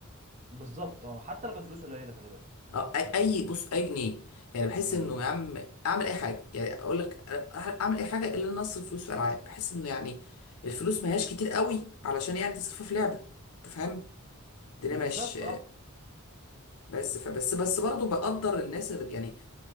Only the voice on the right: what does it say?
بالظبط اه حتى لو كانت فلوس قليله خلي بالك
يعني
يعني
بالظبط
اه